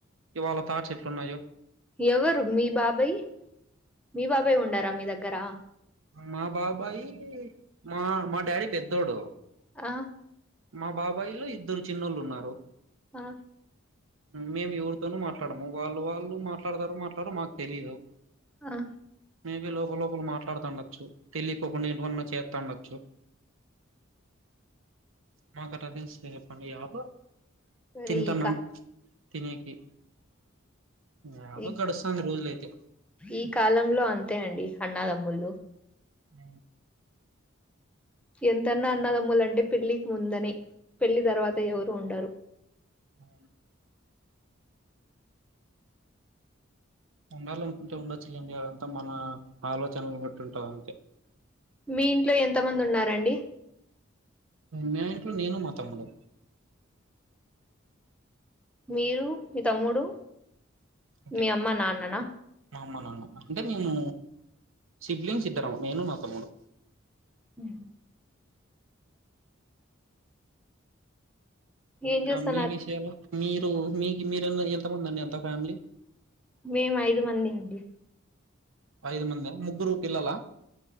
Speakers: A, on the right; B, in the centre.
A: ఇవాళ థాట్స్ ఎట్లున్నాయో
B: ఎవరు మీ బాబాయ్ మీ బాబాయ్ ఉండారా మీ దగ్గరా
A: మా బాబాయి మా మా డాడీ పెద్దోడు
B: ఆ
A: మా బాబాయిలో ఇద్దరు చిన్నోళ్ళు ఉన్నారు
B: ఆ
A: మేము ఎవరితోనూ మాట్లాడము వాళ్ళు వాళ్ళు మాట్లాడతారు మాట్లాడరు మాకు తెలీదు
B: ఆ
A: మేబి లోప లోపల మాట్లాడు అండొచ్చు తెలియకోకుండా ఏంటివన్నా చేస్తా అండొచ్చు మా కట్ట తెలిస్తే చెప్పండి యాప్
B: సరే
A: తింటన్నాం
B: ఈక
A: తినేకి యాదో
B: ఈ
A: గడుస్తాంది రోజులైతే
B: ఈ కాలంలో అంతే అండి అన్నాదమ్ములు
A: అ
B: ఎంతన్నా అన్నదమ్ములంటే పెళ్లికి ముందని పెళ్లి తర్వాత ఎవరు ఉండరు
A: అ ఉండాలనుకుంటే ఉండొచ్చులేండి అదంతా మన ఆలోచనలు బట్టి ఉంటంది అంతే
B: మీ ఇంట్లో ఎంత మంది ఉన్నారండి
A: నెట్లు నేను మా తమ్ముడు
B: మీరు మీ తమ్ముడు
A: అంతే
B: మీ అమ్మ నాన్నన్
A: అమ్మ నాన్న అంటే మేము సిబ్లింగ్స్ ఇద్దరము నేను మా పదమూడు
B: ఉ
A: ఇంకా
B: ఏం చేస్తున్నారు
A: మీ విషయలు మీరు మీకి మీరు ఎంతమంది అండి ఎంత ఫ్యామిలీ
B: మేము ఐదు మంది అండి
A: ఐదు మంద ముగ్గురు పిల్లల